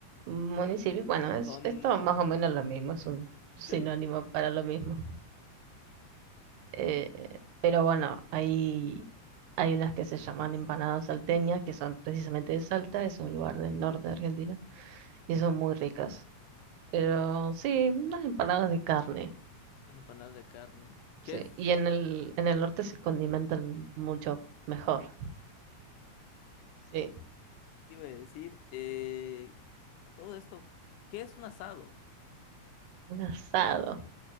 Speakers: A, on the right; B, on the left.
A: Municipios, bueno, es,
B: Son,
A: es todo más o menos lo mismo, es un sinónimo
B: sí,
A: para lo mismo. Eh, pero bueno, hay, hay unas que se llaman empanadas salteñas, que son precisamente de Salta, es un lugar del norte de Argentina, y son muy ricas. Pero sí, unas empanadas de carne.
B: las empanadas de carne. ¿Qué
A: Sí.
B: es?
A: Y en el, en el norte se condimentan mucho mejor. Sí.
B: Te Iba a decir, eh, todo esto, ¿qué es un asado?
A: Un asado.